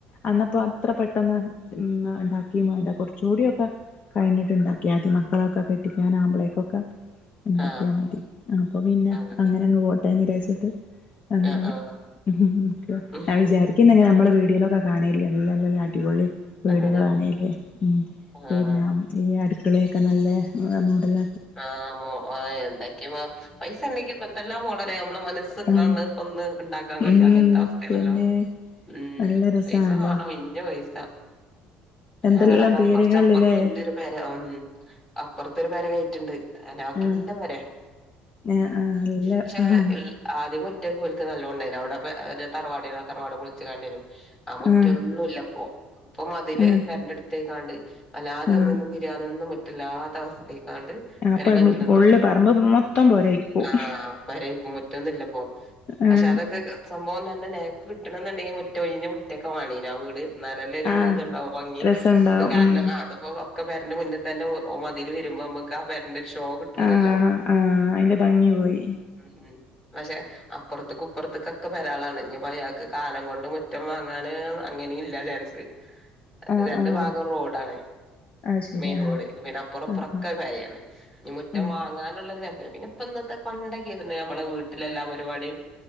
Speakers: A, on the left; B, on the left.
A: അന്നപ്പോ അത്ര പെട്ടെന്ന് ഉണ്ട വേണ്ട കൊർച്ചുകൂടി ഒക്കെ കഴിഞ്ഞിട്ടുണ്ടാക്കി ആദ്യം മക്കളൊക്കെ കെട്ടിക്കാൻ ആകുമ്പോളേക്കൊക്കെ ഉണ്ടാക്കിയ
B: ആ
A: മതി അപ്പൊ പിന്നെ
B: അതന്നെ
A: അങ്ങനെ അങ്ങ് പോട്ടെന്നിരാച്ചിട്ട് അങ്ങനെ
B: ആ ആ
A: ഉം
B: ഉം.
A: ഞാൻ വിചാരി പിന്നെ എങ്ങനെ നമ്മള് വീഡിയോയിലൊക്കെ കാണെല്ലെ നല്ല നല്ല അടിപൊളി വീടുകളാണേ
B: ആ അതന്നെ
A: ഉം
B: ആ
A: പിന്നെ ഈ അടുക്കളെക്കെ നല്ല മോടല
B: ആഹ് എന്തൊക്കെയ പൈസ ഉണ്ടെങ്കിപ്പൊ എന്തെല്ലാ മോഡല നമ്മളെ മനസ്സ്
A: ഉം
B: കാൺണ ഒന്ന് ഇണ്ടാക്കാൻ കഴിയും
A: ഉം
B: അങ്ങൻത്തെ അവസ്ഥയാണല്ലോ
A: പിന്നെ
B: ഉം
A: നല്ല രസാണല്ലോ
B: പൈസ വാണ ഒഴിഞ്ഞ പൈസ
A: എന്തെല്ലാം
B: ഞങ്ങളപ്പോ
A: പേരുകളില്ലേ
B: കൊർച്ചപ്പൊർത്ത്ണ്ടരു പെര ഉം അപ്പൊർത്തരു പെര കഴറ്റ്ണ്ട് ഹലാക്കിന്റെ
A: ആഹ്
B: പെരെ
A: ആഹ് ആഹ് അല്ല
B: പക്ഷെ
A: ആഹ്
B: ഇ ആദ്യം മുറ്റക്കൊൽക്ക് നല്ലോണ്ടായിനു അവ്ടെ പ്പൊ തറവാടേനു ആ തറവാട് പൊളിച്ച്കാണ്ടേനു ആ മുറ്റൊന്നുല്ലപ്പൊ
A: ആഹ്
B: ഇപ്പൊ മതില്
A: ആഹ്
B: പെരന്റെട്ത്ത്ക്കാണ്ട് വല്ലാതെ
A: ആഹ്
B: നിന്ന് നൊന്നും മുറ്റല്ലാത്ത അവസ്ഥയക്കാണ്ട് പെര
A: അപ്പൊ
B: കഴറ്റ്ണത്
A: ഫുള്ള് പറമ്പ് മൊത്തം പോരായിരിക്കും
B: ആഹ് പെരേക്ക് മുറ്റൊന്നുല്ല ഇപ്പൊ പക്ഷെ
A: ആഹ്
B: അതൊക്കെ സംഭവം തന്നെ നേക്ക് കിട്ടണന്നുണ്ടെങ്കിൽ മുറ്റ ഒഴിഞ്ഞ മുറ്റക്കെ വേണീന് ആ വീട് ന്നാലല്ലൊരു
A: ആഹ്
B: ഇതുണ്ടാവും ഭംഗി
A: രസണ്ടാവും
B: ഇത് കാര
A: ഉം
B: അത്. അപ്പൊ ഒക്കപെരന്റെ മുന്നിൽ തന്നെ ഓ മതിൽ വരുമ്പോ നമുക്ക് ആ പരന്റെ ഒരു ഷോ കിട്ടൂലല്ലോ
A: ആഹ ആഹ അതിന്റെ ഭംഗി പോയി.
B: ഉം ഉം പക്ഷെ അപ്പൊർത്ത്ക്കു ഇപ്പൊർത്ത്ക്കൊക്കെ പെരാളാണ് ഇഞ്പ്പയാൾക്ക് കാലം കൊണ്ട് മുറ്റം വാങ്ങാൻ അങ്ങനില്ല ചാൻസ്
A: ആഹ്
B: രണ്ടു
A: ആഹ്
B: ഭാഗം റോഡാണ്
A: അത് ശരി
B: മെയിൻ
A: ആഹ്
B: റോഡ് പിന്നെ അപ്പുറ ഇപ്പുറ
A: ആഹ് ആഹ്
B: കാര്യാണ് ഇഞ് മുറ്റം
A: ഏഹ്
B: വാങ്ങാനുള്ളരു ചാൻസില്ല പിന്നെ ഇപ്പൊ ഇന്നത്തെ പണ്ടൊക്കെ ആയിരുന്നു ഞമ്മളെ വീട്ടിലെല്ലാ പരിപാടിയും